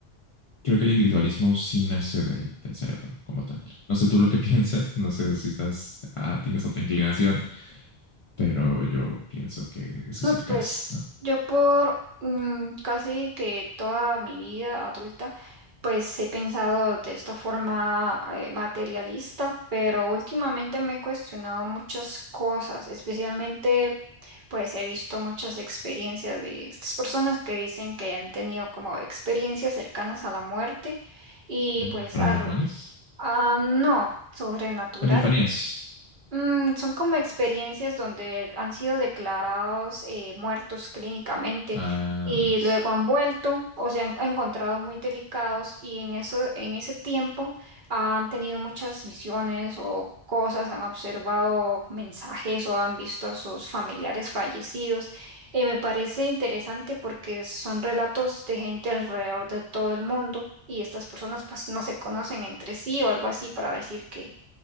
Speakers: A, on the left (about 50°); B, on the right (about 60°).
A: creo que el individualismo sí nace del, del cerebro como tal. No sé tú lo que <laughs> piensas, no sé si estás, ah, tienes otra inclinación, pero yo pienso que ese
B: No,
A: es el caso,
B: pues
A: ¿no?
B: yo por mm, casi que toda mi vida adulta, pues he pensado de esta forma eh, materialista, pero últimamente me he cuestionado muchas cosas, especialmente pues he visto muchas experiencias de estas personas que dicen que han tenido como experiencias cercanas a la muerte y
A: Ah,
B: pues
A: paranormales.
B: al- ah, no, sobrenatural.
A: Epifanías.
B: Mm, son como experiencias donde han sido declarados eh, muertos clínicamente
A: Ah,
B: y luego han vuelto o se han encontrado muy delicados y en eso, en ese tiempo han tenido muchas visiones o cosas, han observado mensajes o han visto a sus familiares fallecidos. Eh, me parece interesante porque son relatos de gente alrededor de todo el mundo y estas personas pues no se conocen entre sí o algo así para decir que